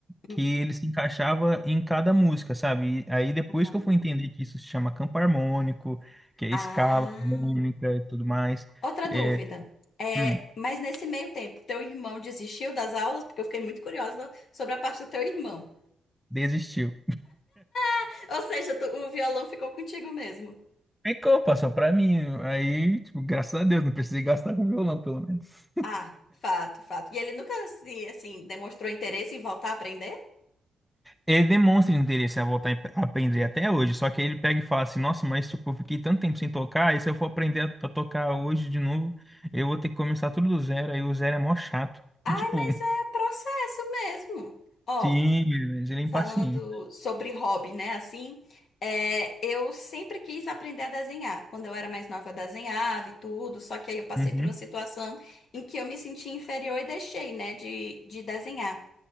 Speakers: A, in the centre; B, on the left (about 55°).
A: que
B: hum,
A: ele se encaixava em cada música, sabe? E aí depois
B: uhum.
A: que eu fui entender que isso se chama campo harmônico, que é
B: Ah,
A: escala harmônica e tudo mais,
B: outra
A: é,
B: dúvida. É,
A: hum,
B: mas nesse meio tempo, teu irmão desistiu das aulas? Porque eu fiquei muito curiosa sobre a parte do teu irmão.
A: desistiu.
B: <laughs> Ou seja, tu- o violão ficou contigo mesmo.
A: Ficou, passou pra mim. Aí, tipo, graças a Deus, não precisei gastar com violão, pelo menos.
B: Ah, fato, fato. E ele nunca, se, assim, demonstrou interesse em voltar a aprender?
A: Ele demonstra interesse a voltar a empre- a aprender até hoje, só que aí ele pega e fala assim: Nossa, mas tipo, eu fiquei tanto tempo sem tocar, e se eu for aprender a a tocar hoje de novo, eu vou ter que começar tudo do zero, aí o zero é mó chato.
B: Ai,
A: E tipo,
B: mas
A: <laughs>
B: é processo mesmo. Ó,
A: sim, mas ele é
B: falando
A: impaciente.
B: sobre hobby, né? Assim, é, eu sempre quis aprender a desenhar. Quando eu era mais nova, eu desenhava e tudo, só que aí eu passei
A: Uhum,
B: por uma situação em que eu me senti inferior e deixei, né, de, de desenhar.